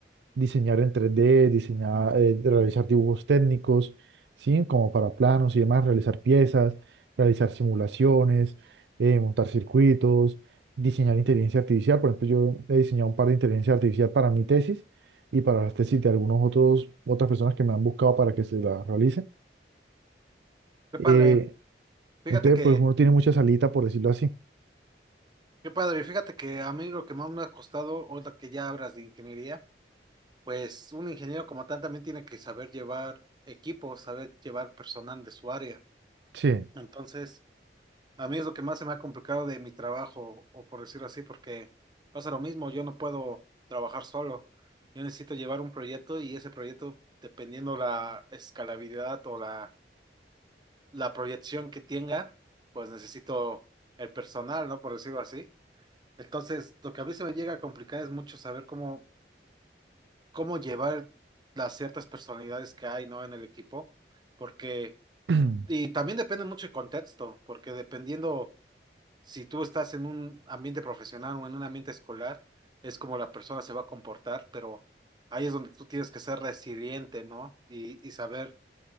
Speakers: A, on the right (about 75°); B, on the right (about 25°).
A: diseñar en tres d diseñar, eh, realizar dibujos técnicos, ¿sí? Como para planos y demás, realizar piezas, realizar simulaciones, eh, montar circuitos, diseñar inteligencia artificial. Por ejemplo, yo he diseñado un par de inteligencia artificial para mi tesis y para las tesis de algunos otros, otras personas que me han buscado para que se las realice.
B: Qué
A: Eh,
B: padre. Fíjate
A: entonces,
B: que
A: pues uno tiene mucha salita, por decirlo así.
B: Qué padre, fíjate que a mí lo que más me ha costado, ahora que ya hablas de ingeniería, pues un ingeniero como tal también tiene que saber llevar equipos, saber llevar personal de su área.
A: Sí.
B: Entonces, a mí es lo que más se me ha complicado de mi trabajo, o por decirlo así, porque pasa lo mismo, yo no puedo trabajar solo. Yo necesito llevar un proyecto y ese proyecto, dependiendo la escalabilidad o la, la proyección que tenga, pues necesito el personal, ¿no? Por decirlo así. Entonces, lo que a mí se me llega a complicar es mucho saber cómo, cómo llevar las ciertas personalidades que hay, ¿no? En el equipo, porque,
A: <clears throat>
B: y también depende mucho el contexto, porque dependiendo si tú estás en un ambiente profesional o en un ambiente escolar, es como la persona se va a comportar, pero ahí es donde tú tienes que ser resiliente, ¿no? Y, y saber